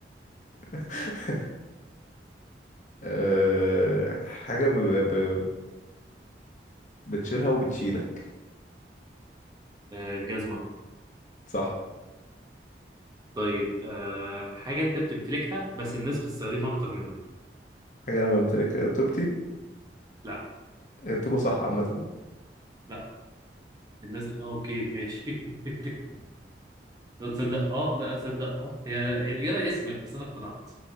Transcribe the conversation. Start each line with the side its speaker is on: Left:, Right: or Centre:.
Left: <laughs> آه... حاجة ب... ب... بتشيلها وبتشيلك
Right: آه، الجزمة
Left: صح
Right: طيب آه، حاجة انت بتمتلكها بس الناس بتستخدمها اكتر منك
Left: حاجة أنا بمتلكها طيبتي
Right: لا
Left: الطيبة صح عامة
Right: لا الناس اه اوكي ماشي <laughs> لا تصدق اه لا تصدق اه هي هي الإجابة اسمك بس انا اقتنعت